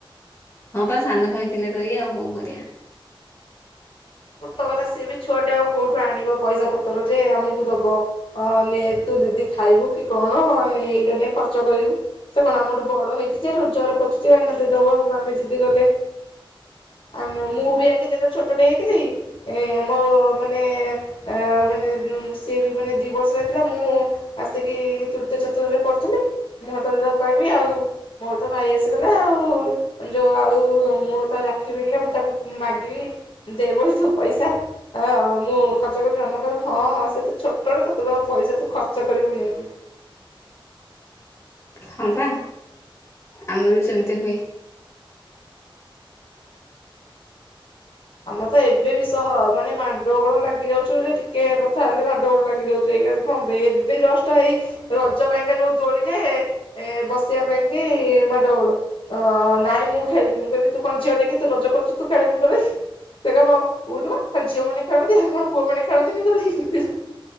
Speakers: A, on the left; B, on the left.
A: ହଁ ବା ସାନ ଭାଇ ଥିଲେ ତ ଏଇ ଆଉ କଣ କରିବା।
B: ସତେ କଥା ସିଏ ବି ଛୁଆ ଟେ ଆଉ କୋଉଠୁ ଆଣିବ ପଇସା ପତର ଯେ ଆମକୁ ଦବ ଅ ନେ ତୁ ଦିଦି ଖାଇବୁ କି କଣ ନେ ଏଇଟା ନେ ଖର୍ଚ୍ଚ କରିବୁ। ସେ କଣ ଆମଠୁ ବଡ ହେଇଛି ଯେ ରୋଜଗାର କରୁଛି ଯେ ଏଇନା ଦେଇଦବ ଆମେ ଯିଦି କଲେ। ଆମେ ମୁଁ ବି ଆଗେ ଯେତେ ଛୋଟ ଟେ ହେଇଥି ଥିଲି ଏ ମୋ ମାନେ ମାନେ ମୁଁ ସିଏ ବି ମାନେ ଦି ବର୍ଷ ହେଇଥିଲା ମୁଁ ଆସିକି ତୃତୀୟ ଚତୁର୍ଥ ରେ ପଢ଼ୁଥିଲି ମୁଁ ହେତେବେଳେ ତାକୁ କହିବି ଆଉ ମୋର ତ ଭାଇ ଆସିଗଲା ଆଉ ଯୋଉ ଆଉ ମୁଁ ତ ରାକ୍ଷୀ ଭିଡ଼ିଲେ ମୁଁ ତାକୁ ମାଗିବି ଦେବ ତୁ ପଇସା ଆ ମୁଁ ଖର୍ଚ୍ଚ କରିବି। ମାମା କହିବ ହଁ ସେ ତ ଛୋଟ ଟେ ତତେ ଦବ ପଇସା ତୁ ଖର୍ଚ୍ଚ କରିବୁ ନେଇକି।
A: ହଁ ପା ଆମର ବି ସେମିତି ହୁଏ।
B: ଆମର ତ ଏବେ ବି ସହ ମାନେ ମାଡ ଗୋଳ ଲାଗି ଯାଉଛୁ ଯେ ଟିକେ କଥା ହେଲେ ମାଡ ଗୋଳ ଲାଗି ଯାଉଛୁ। ଏଇଲାଗେ କଣ ହବ ଏବେ ଜଷ୍ଟ ଏଇ ରଜ ପାଇଁକା ଯୋଉ ଦୋଳିରେ ଏ ବସିବା ପାଇଁ କିି ମାଡଗୋଳ ନାଇଁ ମୁଁ ଖେଳିବି ମୁଁ କହିବି ତୁ କଣ ଝିଅ ଟେ କି ତୁ ରଜ କରୁଛୁ ତୁ ଖେଳିବୁ ଦୋଳି। ସେ କହିବ ଉଠୁ ମ ଖାଲି ଝିଅ ମେ ଖେଳନ୍ତି ଆଉ କଣ ପୁଅମାନୋନେ ଖେଳନ୍ତିନି ଦୋଳି